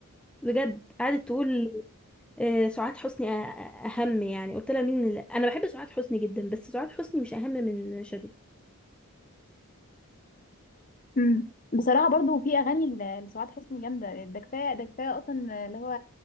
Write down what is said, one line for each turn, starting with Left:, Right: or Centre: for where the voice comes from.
Centre: بجد قعدت تقول آه، سعاد حسني أ- أ- اهم يعني قلت لها مين اللي... انا بحب سعاد حسني جدا بس سعاد حسني مش اهم من شادية
Left: مم. بصراحة برضو في أغاني ل- لسعاد حسني جامدة ده كفاية ده كفاية أصلا اللي هو